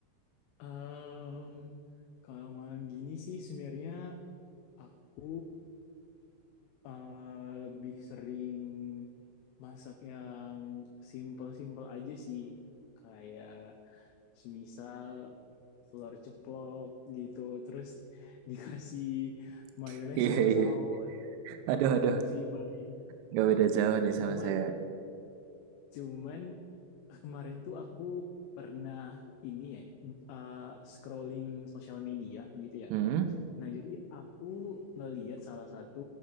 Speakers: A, on the left (about 85°); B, on the right (about 85°).
A: Em, kalau malam gini sih sebenarnya aku eh, lebih sering masak yang simple-simple aja sih, kayak semisal telur ceplok gitu, terus <laughs> dikasih mayones
B: <laughs> Iya
A: sama
B: iya,
A: saus
B: aduh aduh,
A: gitu sih paling.
B: nggak beda jauh nih sama
A: Cuman
B: saya.
A: Cuman kemarin tuh aku pernah ini ya uh, scrolling sosial media gitu ya.
B: Hmm,
A: Nah jadi aku ngelihat salah satu